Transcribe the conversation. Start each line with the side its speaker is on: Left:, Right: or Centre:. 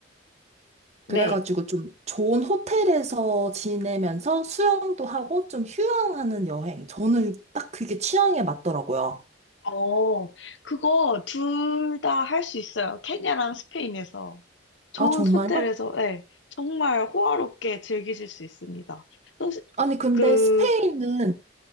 Left: 네.
Right: 그래가지고 좀 좋은 호텔에서 지내면서 수영도 하고 좀 휴양하는 여행. 저는 딱 그게 취향에 맞더라고요.
Left: 어, 그거 둘 다 할 수 있어요. 케냐랑 스페인에서. 좋은
Right: 아, 정말요?
Left: 호텔에서, 네. 정말 호화롭게 즐기실 수 있습니다. 사실
Right: 아니, 근데
Left: 그,
Right: 스페인은